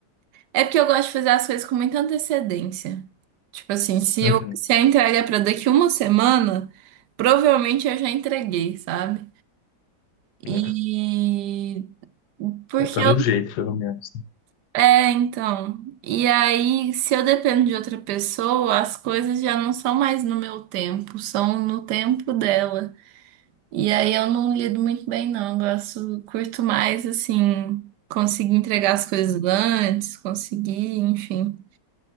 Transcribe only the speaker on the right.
É porque eu gosto de fazer as coisas com muita antecedência. Tipo assim, se
eu, se a entrega é pra daqui uma semana, provavelmente eu já entreguei, sabe? E
porque
eu.
É, então. E aí, se eu dependo de outra pessoa, as coisas já não são mais no meu tempo, são no tempo dela. E aí eu não lido muito bem, não. Eu gosto, curto mais, assim, conseguir entregar as coisas antes, conseguir, enfim.